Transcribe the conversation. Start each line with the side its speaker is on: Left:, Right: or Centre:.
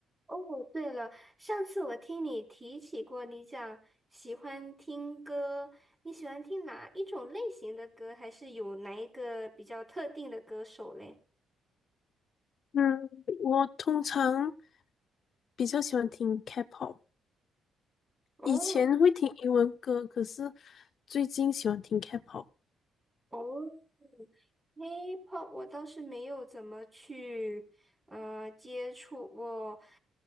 Right: 哦，对了，上次我听你提起过，你讲喜欢听歌，你喜欢听哪一种类型的歌，还是有哪一个比较特定的歌手嘞？
Left: 嗯，我通常比较喜欢听 K-pop，
Right: 哦
Left: 以前会听英文歌，可是最近喜欢听 K-pop。
Right: 哦 h i p h o p 我倒是没有怎么去呃接触过。